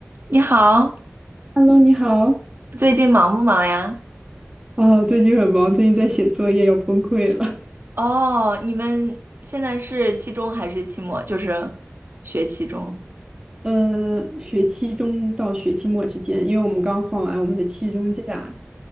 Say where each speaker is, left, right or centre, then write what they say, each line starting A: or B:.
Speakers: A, on the right; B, on the right.
A: 你好，
B: Hello，你好。
A: 最近忙不忙呀？
B: 啊，最近很忙，最近在写作业，要崩溃了。
A: 哦，你们现在是期中还是期末？就是学期中。
B: <laughs> 嗯，学期中到学期末之间，因为我们刚放完我们的期中假，